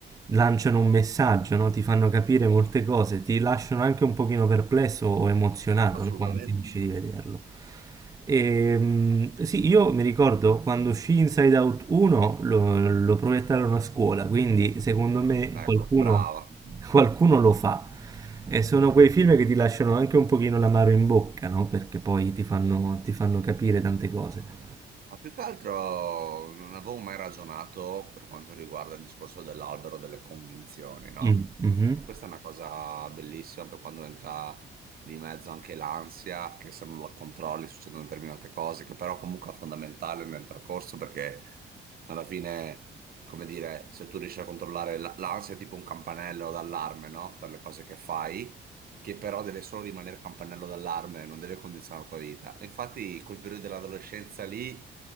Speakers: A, on the right; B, on the right.
A: lanciano un messaggio, no? Ti fanno capire molte cose, ti lasciano anche un pochino perplesso o emozionato,
B: assolutamente.
A: no? Quando finisci di vederlo. E, sì, io mi ricordo quando uscì Inside Out 1 lo, lo proiettarono a scuola, quindi secondo me
B: Ecco,
A: qualcuno,
B: brava.
A: qualcuno lo fa. E sono quei film che ti lasciano anche un pochino l'amaro in bocca, no? Perché poi ti fanno, ti fanno capire tante cose.
B: Ma più che altro non avevo mai ragionato per quanto riguarda il discorso dell'albero delle convinzioni, no?
A: Mm, mhm,
B: Questa è una cosa bellissima per quando entra di mezzo anche l'ansia, che se non la controlli succedono determinate cose, che però comunque è fondamentale nel percorso perché alla fine, come dire, se tu riesci a controllare l- l'ansia è tipo un campanello d'allarme, no? Per le cose che fai che però deve solo rimanere campanello d'allarme, non deve condizionare la tua vita. E Infatti, quel periodo dell'adolescenza lì